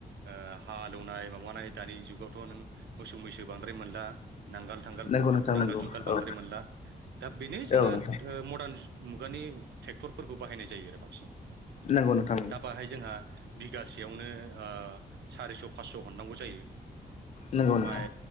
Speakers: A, on the right (about 80°); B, on the left (about 40°).
A: ओ हालेवनाय माबानाय दानि जुगावथ' नों मोसौ मैसो बां द्राय मोनला नांगाल थांगाल
B: नंगौ नोंथां
A: नांगाल
B: नंगौ
A: जुंगाल बांद्राय
B: औ
A: मोनला दा बेनो जोंना
B: औ नोंथां
A: ओ मडार्न मुगानि ट्रेक्टरफोरखौ बाहायनाय जायो आरो बांसिन
B: नंगौ नोंथां नंगौ
A: दा बाहाय जोंहा बिगासेयावनो ओ सारिस' फास्स' हरनांगौ जायो
B: नंगौ
A: ओमफाय
B: नोंथां